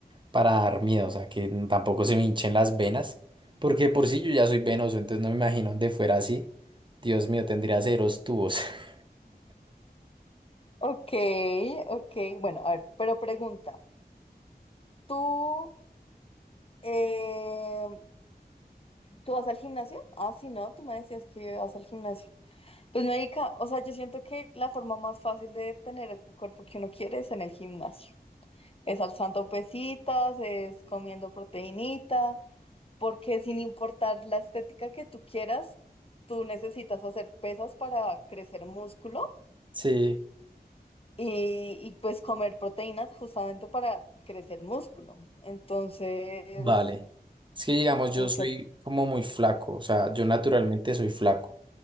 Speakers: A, on the right (about 30°); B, on the left (about 35°).
A: para dar miedo, o sea, que tampoco se me hinchen las venas, porque de por sí yo ya soy venoso, entonces no me imagino de fuera así. Dios mío, tendría ceros tubos. <laughs>
B: Ok, ok, bueno, a ver, pero pregunta, ¿tú, eh, ¿tú vas al gimnasio? Ah, sí, no, tú me decías que vas al gimnasio. Pues médica, o sea, yo siento que la forma más fácil de tener el cuerpo que uno quiere es en el gimnasio. Es alzando pesitas, es comiendo proteínita, porque sin importar la estética que tú quieras, tú necesitas hacer pesas para crecer músculo
A: Sí,
B: y, y, pues comer proteínas justamente para crecer músculo. Entonces,
A: vale. Es que digamos,
B: marica,
A: yo soy como muy flaco, o sea, yo naturalmente soy flaco.